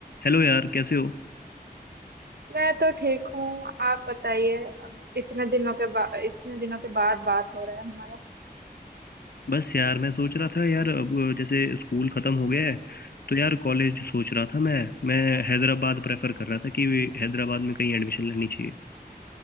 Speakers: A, on the left (about 70°); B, on the right (about 75°).
A: Hello यार कैसे हो
B: मैं तो ठीक हूँ आप बताइए अब इतने दिनों के बाद इतने दिनों के बाद बात हो रहा है हमारा
A: बस यार मैं सोच रहा था यार अब जैसे स्कूल ख़त्म हो गया है तो यार कॉलेज सोच रहा था मैं मैं हैदराबाद प्रेफर कर रहा था कि हैदराबाद में कहीं एडमिशन लेनी चाहिए